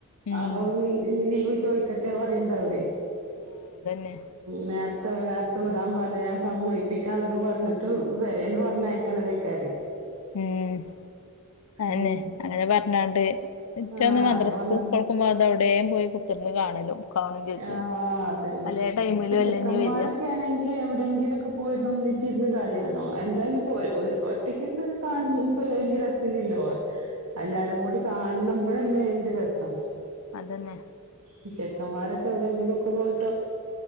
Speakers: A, on the left; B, on the right.
A: ഉം
B: അപ്പൊ ലി ലീവ് ചോയിക്കട്ടെ പറയ്ണ്ടാ വെയ്.
A: ഉം ഇതന്നെ.
B: നേർത്തെ നേർത്തെ വിടാൻ പറയാ സമ്മയിപ്പിക്കാന്നൊക്കെ പറഞ്ഞി ട്ട് വെരേന്ന് പറഞ്ഞയക്ക്ണതേക്കാരെയ്.
A: ഉം അയന്നെ
B: ഉം
A: അങ്ങനെ പറഞ്ഞാണ്ട് ഇറ്റ
B: ആഹ്
A: ഇന്ന് മദ്രസ്ക്കും
B: അങ്ങനെ പറഞ്ഞാണ്ട്
A: സ്കൂൾക്കും പോവാതവിടെ. വേം പോയി കുത്തിർന്ന് കാണലും. കാണും ചെജ്ജും
B: ആഹ് അതന്നെ
A: പലേ ടൈമിലും
B: ഇപ്പൊ ചെക്കന്മാരൊക്കെ
A: അല്ലെ ഇഞ്ഞ് വരാ
B: ആണെങ്കി. എവിടെയെങ്കിലൊക്കെ പോയിരുന് ഒന്നിച്ചിരുന്ന് കളിയാണു എന്തായാലും പോ ഒറ്റക്കിരുന്ന്. കാണുമ്പ വല്യ രസല്ല്യല്ലോ? എല്ലാരും കൂടി കാണ്പഴല്ലെ അതിന്റെ രസം.
A: അതന്നെ
B: ഈ ചെക്കന്മാരൊക്കെ. എവിടെങ്കിലു ഒക്കെ പോയിട്ടോ